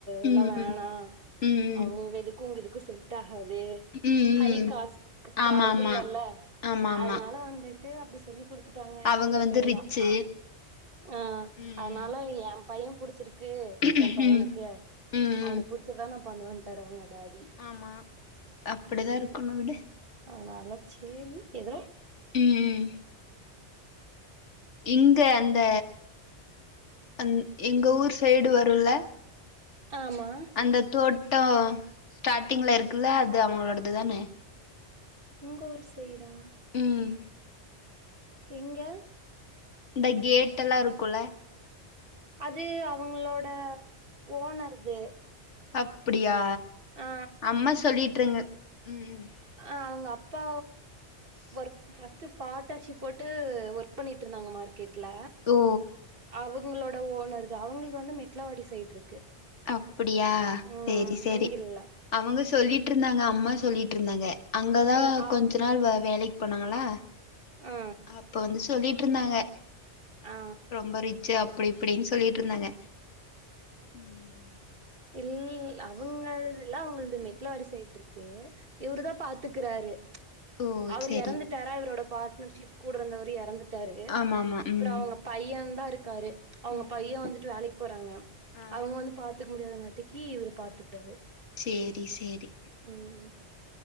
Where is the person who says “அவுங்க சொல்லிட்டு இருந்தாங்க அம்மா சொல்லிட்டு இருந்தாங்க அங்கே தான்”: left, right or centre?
Left